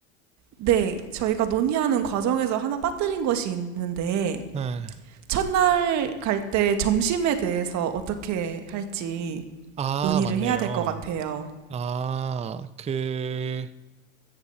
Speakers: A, on the right; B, on the right.
A: 네, 저희가 논의하는 과정에서 하나 빠뜨린 것이 있는데
B: 네.
A: 첫날 갈 때 점심에 대해서 어떻게 할지
B: 아,
A: 논의를
B: 맞네요.
A: 해야 될 것 같아요.
B: 아, 그,